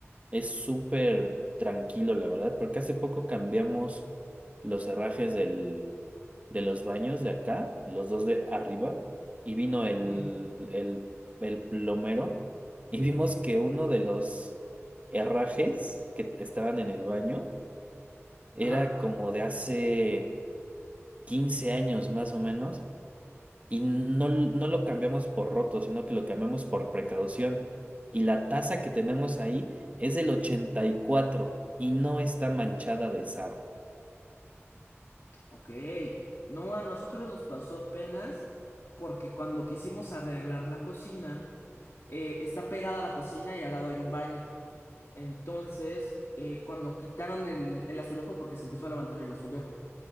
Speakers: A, on the right; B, on the left.
A: Es súper tranquilo, la verdad, porque hace poco cambiamos los herrajes del, de los baños de acá, los dos de arriba, y vino el,
B: ujú.
A: el, el plomero <laughs> y vimos que uno de los herrajes que estaban en el baño era
B: Ajá.
A: como de hace 15 años más o menos, y no, no lo cambiamos por roto, sino que lo cambiamos por precaución. Y la taza que tenemos ahí es del 84 y cuatro y no está manchada de sarro.
B: Ok, no, a nosotros nos pasó apenas porque cuando quisimos arreglar la cocina, eh, está pegada a la cocina y al lado hay un baño. Entonces, eh, cuando quitaron el, el azulejo, porque se empezó a levantar el azulejo,